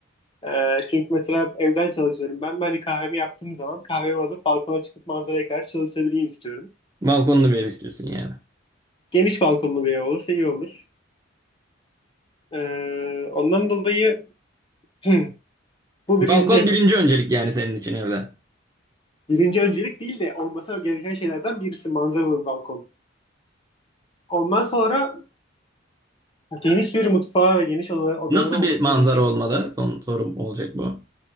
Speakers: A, on the left; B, on the right.
A: Ee, çünkü mesela evden çalışıyorum. Ben, ben hani kahvemi yaptığım zaman kahvemi alıp balkona çıkıp manzaraya karşı çalışabileyim istiyorum.
B: Balkonlu bir ev istiyorsun yani.
A: Geniş balkonlu bir ev olursa iyi olur. Ee, ondan dolayı <clears throat> bu
B: Balkon
A: birinci.
B: birinci öncelik yani senin için evde.
A: Birinci öncelik değil de olması gereken şeylerden birisi manzaralı bir balkon. Ondan sonra Geniş bir mutfağı ve geniş oda- odaları
B: Nasıl
A: olması
B: bir manzara
A: böyle bir şey.
B: olmalı? Son sorum olacak bu.